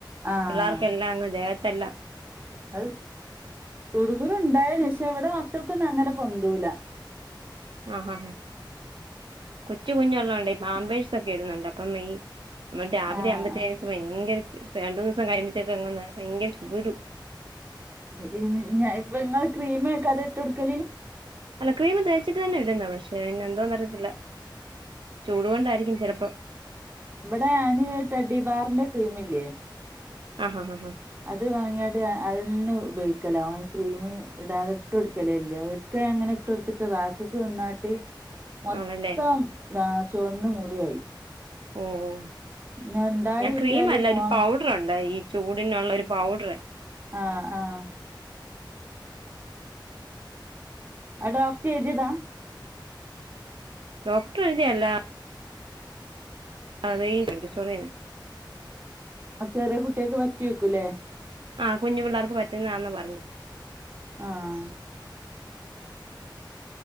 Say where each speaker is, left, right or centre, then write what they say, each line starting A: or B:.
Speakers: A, on the right; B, on the right.
A: ആഹ്
B: പിള്ളേർക്കെല്ലാം അങ്ങ് ദേഹത്തെല്ലാം
A: അഹ് ചുടുകുരു ഉണ്ടായെന് പക്ഷേ അവിടെ മക്കൾക്കൊന്നും അങ്ങനെ പൊന്തൂലാ
B: ആഹ് ഹാ ഹാ കൊച്ചു കുഞ്ഞ് ഉള്ളോണ്ടേ പാമ്പേഴ്സ് ഒക്കെ ഇടുന്നുണ്ട് അപ്പൊ മെയ് ന്നിട്ട് രാവിലെ
A: ആഹ്
B: ആകുമ്പത്തേക്കും
A: ആഹ്
B: ഭയങ്കര രണ്ട് മൂന്ന് ദിവസം കഴിയുമ്പത്തേക്കെ ഭയങ്കര ചൂരു
A: ഉം നിങ്ങള് ക്രീമേക്കാതെ ഇട്ടൊടുക്കല്
B: അല്ല ക്രീമ് തേച്ചിട്ട് തന്നെ ഇടുന്ന പക്ഷേ എന്തോ അറിഞ്ഞിട്ടില്ല ചൂട് കൊണ്ടായിരിക്കും ചെലപ്പോ
A: ഇവടെ ഞാന് ടെട്ടിബാറിന്റെ ക്രീമില്ലേ
B: ആഹ് ഹാ ഹാ ഹാ
A: അത് വാങ്ങിയാണ്ട് അതന്നെ ഉപയോഗിക്കലാ അവൻ ക്രീം ഇടാത ഇട്ടും എടുക്കലേ ഇല്ല ഒക്കെ അങ്ങനെ ഇട്ട് കൊടുത്തിട്ട് റാഷസ്ന്നാട്ടി മൊത്തം
B: ആണല്ലേ
A: ആഹ് ചുവന്ന മുറിയായി
B: ഓഹ് എ
A: പിന്നെ ഇണ്ടായി
B: ഞാൻ
A: കിട്ടിയാല്
B: ക്രീമല്ലാ
A: പോവാം
B: ഒരു പൗ ഡറുണ്ട് ഈ ചൂടിനള്ള ഒരു പൗഡറ്
A: ആഹ് ആഹ് അത്‌ ഡോക്ടർ എഴുതിയതാ
B: ഡോക്ടർ എഴുതിയല്ലാ <unintelligible>
A: ആഹ് ചെറിയ കുട്ട്യാക്ക് പറ്റി വെക്കൂല്ലേ
B: ആഹ് കുഞ്ഞു പിള്ളാർക്ക് പറ്റുന്നതാന്നാ പറഞ്ഞത്
A: ആഹ്